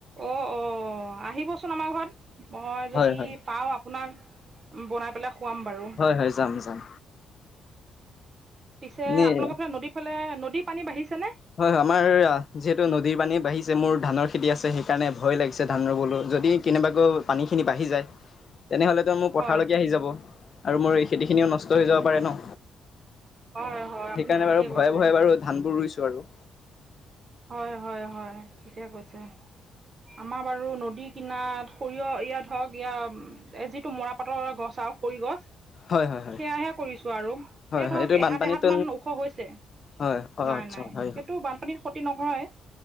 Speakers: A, on the right (about 35°); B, on the left (about 45°).
A: অ' অ' আহিবচোন আমাৰ ঘৰত মই
B: হয়
A: যদি
B: হয়
A: পাওঁ আপোনাক। বনাই পেলাই। খুৱাম বাৰু
B: হয় হয় যাম যাম।
A: পিছে
B: এনেই
A: আপোনালোকৰ ফালে নদীৰ ফালে নদীৰ পানী বাঢ়িছে নে।
B: হয় আমাৰ যিহেতু নদীৰ পানী বাঢ়িছে। মোৰ ধানৰ খেতি আছে সেইকাৰণে ভয় লাগিছে। ধান 'ৰুবলৈ যদি কেনেবাকৈ পানীখিনি বাঢ়ি যায়। তেনেহ'লেতো মোৰ পথাৰলৈকে
A: হয়
B: আহি যাব আৰু মোৰ খেতিখিনিও নষ্ট হৈ যাব পাৰে ন।
A: হয় হয় আপুনি
B: সেইকাৰণে
A: ঠিকে
B: বাৰু
A: কৈছে
B: ভয়ে ভয়ে বাৰু ধান বোৰ ৰুইছো আৰু।
A: হয় হয় হয় ঠিকে কৈছে। আমাৰ বাৰু নদী কিনাত সৰিয়হ ইয়াত ধৰক ইয়াৰ যিটো মৰাপাতৰ গছ। চা খৰি গছ।
B: হয় হয় হয়
A: সেয়াহে কৰিছো আৰু
B: হয়
A: এই
B: হয়
A: ধৰক
B: এইটো
A: এহাত
B: বানপানীত
A: এহাত মান ওখ হৈছে।
B: হয় হয়
A: নাই
B: আচ্ছা
A: নাই
B: হয়
A: সেইটো বানপানীত ক্ষতি নহয়।